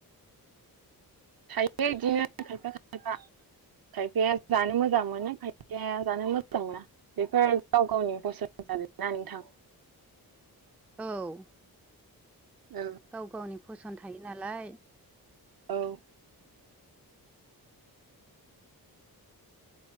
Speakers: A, on the right; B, in the centre.
A: थायो बिदिनो खायफा खायफा खायफाया जानो मोजां मोनो खायफाया जानो मोजां मोना बेफोर गाव गावनि फसं नानै थां
B: औ
A: औ
B: गाव गावनि फसन्द थायो नालाय
A: औ